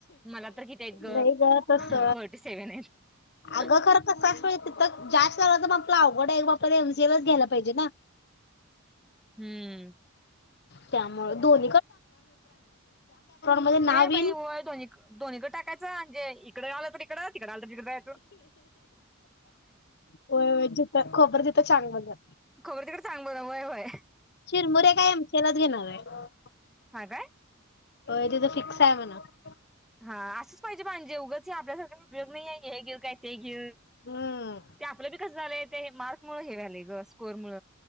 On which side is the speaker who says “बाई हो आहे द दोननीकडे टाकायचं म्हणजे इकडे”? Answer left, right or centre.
Centre